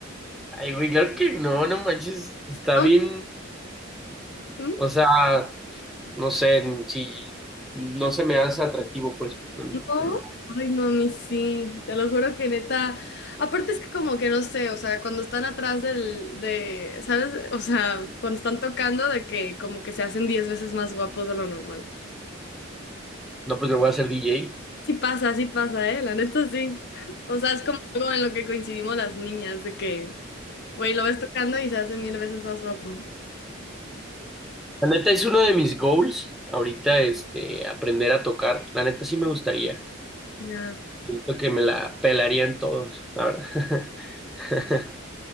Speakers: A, in the centre; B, on the left.
A: Ay, güey, claro que no, no manches, está
B: No,
A: bien,
B: ¿Mm?
A: o sea, no sé, si no se me hace atractivo, pues, bueno,
B: no,
A: no,
B: ay, no, a mí sí, te lo juro que neta, aparte es que como que no sé, o sea, cuando están atrás del, de, ¿sabes? O sea, cuando están tocando de que como que se hacen diez veces más guapos de lo normal.
A: no, pues me voy a hacer DJ.
B: Sí pasa, sí pasa, ¿eh? La neta sí. O sea, es como algo en lo que coincidimos las niñas, de que, güey, lo ves tocando y se hace mil veces más guapo.
A: La neta es uno de mis goals ahorita, este, aprender a tocar. La neta sí me gustaría.
B: Ya.
A: Siento que me la pelarían todos, la verdad. <laughs>